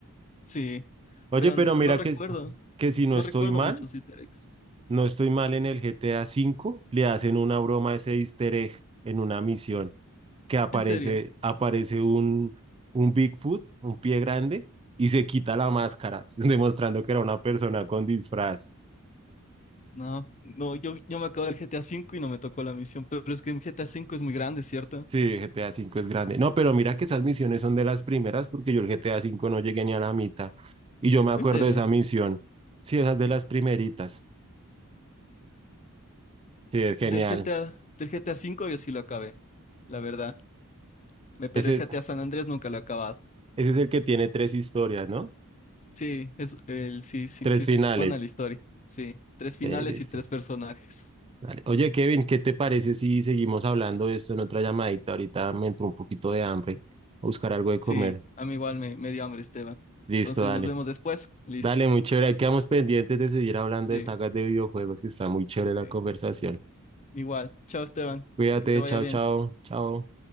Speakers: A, on the left; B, on the right.
A: Sí,
B: Oye,
A: pero
B: pero
A: n-
B: mira
A: no recuerdo,
B: que, que si no
A: no
B: estoy
A: recuerdo
B: mal,
A: muchos easter eggs.
B: no estoy mal en el GTA V, le hacen una broma a ese easter egg en una misión que aparece,
A: En serio,
B: aparece un, un Bigfoot, un pie grande, y se quita la máscara, <laughs> demostrando que era una persona con disfraz.
A: no, no, yo, yo me acabo del GTA V y no me tocó la misión, pero es que el GTA V es muy grande, ¿cierto?
B: Sí, GTA V es grande. No, pero mira que esas misiones son de las primeras porque yo el GTA V no llegué ni a la mitad. Y yo me acuerdo
A: En serio,
B: de esa misión. Sí, esas de las primeritas. Sí, es genial.
A: del GTA, del GTA V yo sí lo acabé, la verdad. Me- Pero
B: Ese,
A: el GTA
B: es-
A: San Andrés nunca lo he acabado.
B: ese es el que tiene tres historias, ¿no?
A: Sí, es, el, sí, sí,
B: Tres
A: sí, es
B: finales.
A: buena la historia. Sí, tres finales
B: Eh, listo.
A: y tres personajes.
B: Vale. Oye, Kevin, ¿qué te parece si seguimos hablando de esto en otra llamadita? Ahorita me entró un poquito de hambre. A buscar algo de
A: Sí,
B: comer.
A: a mí igual me, me dio hambre, Esteban.
B: Listo,
A: Entonces
B: dale.
A: nos vemos después. Listo.
B: Dale, muy chévere. Ahí quedamos pendientes de seguir hablando
A: Sí,
B: de sagas de videojuegos, que está muy chévere la
A: sí.
B: conversación.
A: Igual. Chao, Esteban.
B: Cuídate,
A: Que te vaya
B: chao,
A: bien.
B: chao, chao.